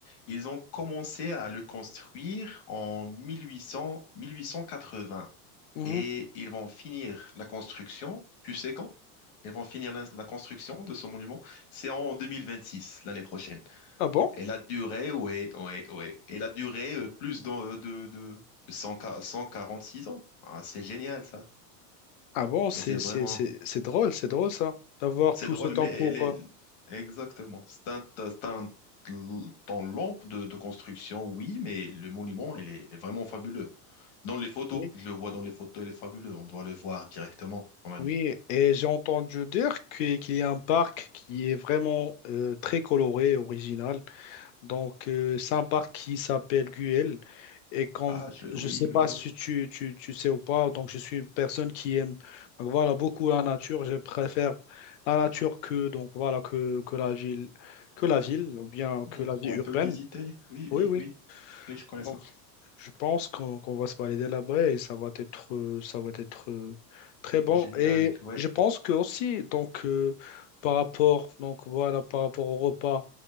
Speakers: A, on the left; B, on the left.
A: ils ont commencé à le construire en 1800, 1880
B: Mhm.
A: et ils vont finir la construction, tu sais quand? Ils vont finir la, la construction de ce monument, c'est en 2026, l'année prochaine.
B: Ah bon?
A: Et la durée, ouais, ouais, ouais. Et la durée, euh, plus dans, euh, de, de 100 ca- 146 ans. Ah, c'est génial, ça.
B: Ah bon, c'est
A: Mais c'est vraiment,
B: c'est c'est c'est drôle, c'est drôle ça d'avoir
A: c'est
B: tout
A: drôle,
B: ce temps
A: mais
B: pour
A: elle est,
B: euh,
A: exactement. C'est un, c'est un temps long de, de construction, oui, mais le monument, il est, il est vraiment fabuleux. Dans les photos,
B: Oui.
A: je le vois dans les photos, il est fabuleux. On doit le voir directement, mon ami.
B: Oui, et j'ai entendu dire que- qu'il y a un parc qui est vraiment euh, très coloré, original. Donc, euh, c'est un parc qui s'appelle Guel. Et comme
A: Ah, je,
B: je
A: oui,
B: ne sais pas
A: oui, oui.
B: si tu, tu, tu sais ou pas, donc je suis une personne qui aime donc voilà, beaucoup la nature. Je préfère la nature que, donc, voilà, que, que la ville, que la ville ou bien
A: Mm.
B: que la vie
A: On
B: urbaine.
A: peut le visiter. Oui,
B: Oui,
A: oui,
B: oui.
A: oui. Oui, je connais
B: Donc.
A: ça.
B: Je pense qu'on qu'on va se valider là-bas et ça va être, euh, ça va être euh, très bon.
A: Génial,
B: Et
A: ouais.
B: je pense que aussi, donc, euh, par rapport, donc, voilà, par rapport au repas